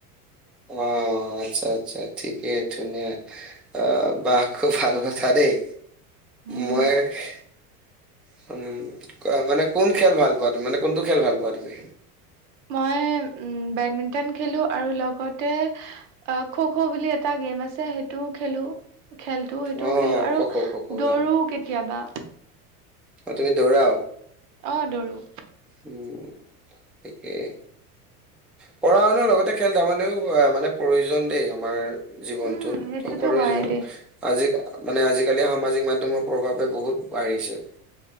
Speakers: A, in the centre; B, on the right.
A: অঁ অঁ আচ্ছা আচ্ছা ঠিকেই, ধুনীয়া আ বাঃ খুব ভাল কথা দেই।
B: হুম
A: মই--এহ হোঁ-হ উম আ--মানে কোন খেল ভাল পোৱা তুমি? মানে কোনটো খেল ভাল পোৱা তুমি?
B: মই ওঁ বেডমিন্টন খেলো আৰু লগতে হো-হ খো খো বুলি এটা গেম আছে। সেইটোও খেলো। খেলটো সেইটোও
A: অ
B: খেলো আৰু
A: খ খ খ খ
B: দৌৰো
A: জানো
B: কেতিয়াবা।
A: অ তুমি দৌৰা।
B: অঁ দৌৰোঁ।
A: উম তে। পঢ়া শুনাাৰ লগতে খেল ধেমালিও মানে প্ৰয়োজন দেই আমাৰ। জীৱনটোত
B: উম সেইটোতো
A: সকলোৰে
B: হয়
A: জীৱনত
B: দেই
A: আজি। মানে আজিকালি সামাজিক মাধয়মৰ প্ৰভাৱে বহুত বাঢ়িছে।